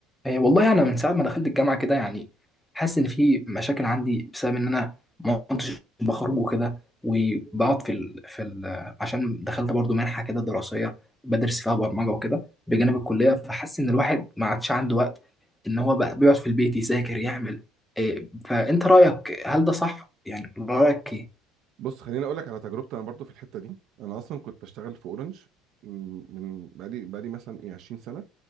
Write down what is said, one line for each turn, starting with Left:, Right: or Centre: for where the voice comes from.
Centre: إيه والله انا من ساعه ما دخلت الجامعه كده يعني حاسس ان في مشاكل عندي بسبب ان انا ما كنتش بخرج وكده وبقعد في ال... في ال... عشان دخلت برضو منحه كده دراسيه بدرس فيها برمجه وكده بجانب
Right: تمام
Centre: الكليه فحاسس ان الواحد ما عادش عنده وقت ان هو بقى بيقعد في البيت يذاكر يعمل إيه فانت رايك هل ده صح يعني رايك ايه
Right: بص خليني اقول لك على تجربتي انا برضو في الحته دي انا اصلا كنت بشتغل في اورنج من من- بقالي بقالي مثلا ايه 20 سنه